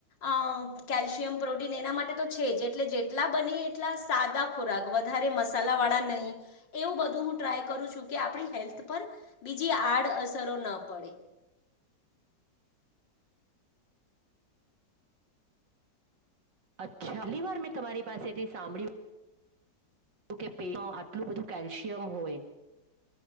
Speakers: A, on the left; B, on the right.
A: અ કેલ્શિયમ પ્રોટીન એના માટે તો છે જ એટલે જેટલા બને એટલા સા સાદા ખોરાક વધારે મસાલા વાળા નહીં, એવું બધું હું ટ્રાય કરું છું કે આપણી હેલ્થ પર બીજી આડઅસરો ન પડે
B: અચ્છા, પહેલી વાર મેં તમારી પાસેથી સાંભળ્યું જો કે પેટમાં આટલું બધું કેલ્શિયમ હોય.